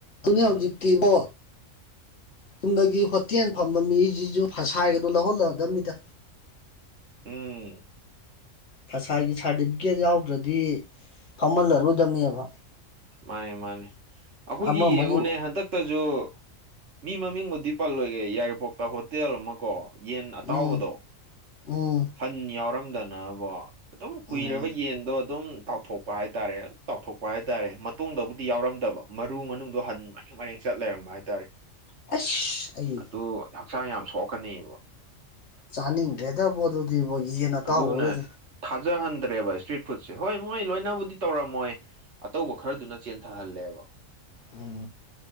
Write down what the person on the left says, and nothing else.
ꯑꯅ ꯍꯧꯖꯤꯛꯇꯤ ꯢꯕꯣ ꯆꯨꯝꯅꯒꯤ ꯍꯣꯇꯦꯜ ꯐꯪꯝꯕ ꯃꯤꯁꯤꯁꯨ ꯐꯁꯥꯏꯒꯗꯣ ꯂꯧꯍꯜꯂꯛꯑꯗꯕꯅꯤꯗ
ꯐꯁꯥꯏꯒꯤ ꯁꯥꯔꯇꯤꯐꯤꯀꯦꯠ ꯌꯥꯎꯗ꯭ꯔꯗꯤ ꯐꯝꯍꯜꯂꯔꯣꯏꯗꯕꯅꯦꯕ
ꯑꯃ ꯑꯃꯒꯤ
ꯎꯝ ꯎꯝ
ꯎꯝ
ꯑꯁ ꯑꯩ
ꯆꯥꯅꯤꯡꯗ꯭ꯔꯦꯗꯕꯣ ꯑꯗꯨꯗꯤ ꯕꯣ ꯌꯦꯟ ꯑꯇꯥꯎꯕꯒꯁꯦ
ꯎꯝ